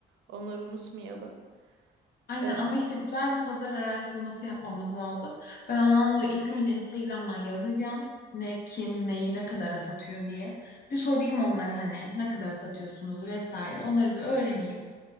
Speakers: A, on the right; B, on the left.
A: Onları unutmayalım.
B: Aynen
A: Ee,
B: ama işte güzel bir pazar araştırması yapmamız lazım. Ben ondan dolayı ilk önce Instagram'dan yazacağım. Ne, kim, neyi, ne kadara satıyor diye. Bir sorayım onlara hani ne kadara satıyorsunuz vesaire. Onları bir öğreneyim.